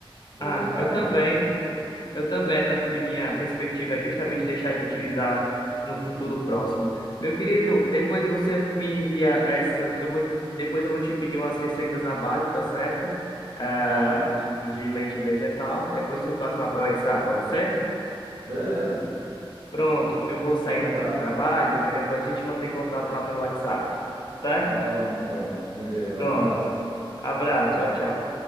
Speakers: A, on the right (about 60°); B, on the left (about 50°).
A: vegetais,
B: Ah, eu também.
A: assim.
B: Eu também, é tanto que minha perspectiva é justamente deixar de utilizar no futuro próximo. Meu querido, depois você me envia essas. Eu vou, depois eu vou te pedir umas receitas à base, tá certo? Ah,
A: Tá,
B: de, de leite vegetal. Depois tu me passa lá pelo WhatsApp, pode ser?
A: beleza.
B: Pronto, eu vou saindo
A: Então tá.
B: aqui pro trabalho, aí depois a gente mantém contato lá pelo WhatsApp, tá?
A: Falamos então. Beleza,
B: Pronto.
A: abraço.
B: Abraço,
A: Tchau.
B: tchau, tchau.